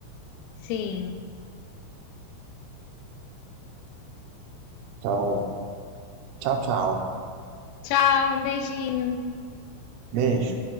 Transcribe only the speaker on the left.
Sim.
Tchau, um beijinho.